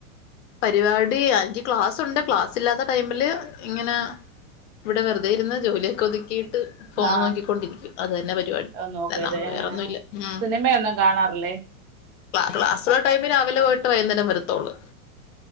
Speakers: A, on the left (about 55°); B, on the right (about 30°).
A: പരിവാടി എനിക്ക് ക്ലാസുണ്ട് ക്ലാസ് ഇല്ലാത്ത ടൈമില് ഇങ്ങനെ ഇവിടെ വെറുതെയിരുന്ന് ജോലിയൊക്ക ഒതുക്കിയിട്ട് ഫോണ്
B: ആ
A: നോക്കിക്കൊണ്ടിരിക്കും അത് തന്നെ പരിപാടി
B: ഒന്ന് നോക്കരുത്
A: നമ്മള് വേറൊന്നുല്ല ഉം
B: സിനിമയൊന്നും കാണാറില്ലേ
A: ക്ലാസ്സുള്ള ടൈമില് രാവിലെ പോയിട്ട് വൈന്നേരം വരത്തോള്ളൂ